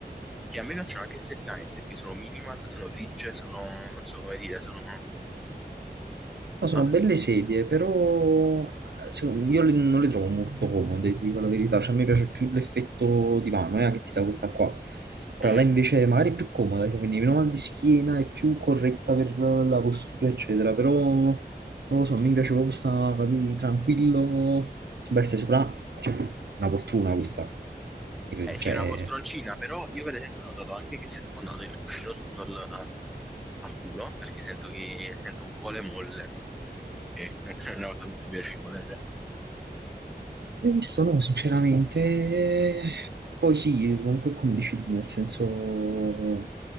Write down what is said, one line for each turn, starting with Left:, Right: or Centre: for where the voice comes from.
Centre: che a me piacciono anche esteticamente, perché sono minimal, sono grigie, sono, non so come dire, sono...
Right: No,
Centre: sta-
Right: sono belle
Centre: s-
Right: sedie,
Centre: mm.
Right: però secondo- io le- non le trovo molto comode, ti dico la verità. Cioè, a me piace più l'effetto divano, eh, che ti dà questa qua. Quella
Centre: Mm.
Right: là invece magari è più comoda, cioè, quindi meno mal di schiena, è più corretta per la postura, eccetera. Però non lo so, mi piace proprio sta, capì, tranquillo. Si stai sopra, cioè, una fortuna questa.
Centre: Eh sì,
Right: Cioè,
Centre: è una poltroncina, però io per esempio ho notato anche che si è sfondato il cuscino sotto al, al culo, perché sento che sento un po' le molle, e <laughs> è una cosa molto piacevole, cioè.
Right: l'ho Visto no, sinceramente. Poi sì, comunque come dici tu, nel senso